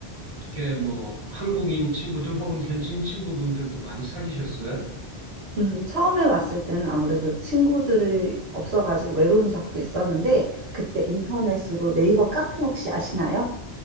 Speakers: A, on the right; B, on the right.
A: 어떻게 뭐 한국인 친구들 혹은 현지인 친구분들도 많이 사귀셨어요?
B: 음, 처음에 왔을 때는 아무래도 친구들이 없어가지고 외로운 적도 있었는데, 그때 인터넷으로 네이버 카페 혹시 아시나요?